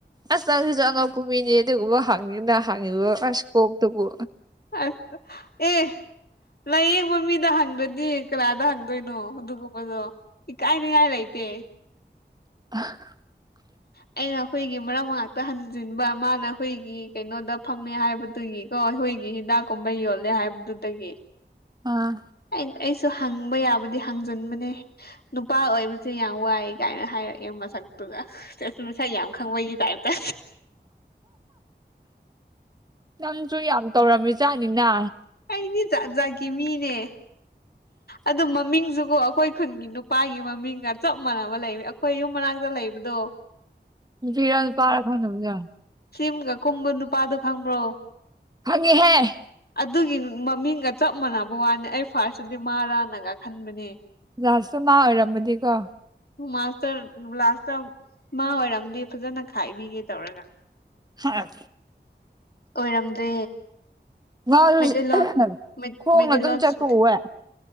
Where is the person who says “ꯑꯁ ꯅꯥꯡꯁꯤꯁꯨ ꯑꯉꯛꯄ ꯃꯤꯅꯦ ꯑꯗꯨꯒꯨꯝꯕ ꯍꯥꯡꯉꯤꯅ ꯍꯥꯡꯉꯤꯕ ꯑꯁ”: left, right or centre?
Right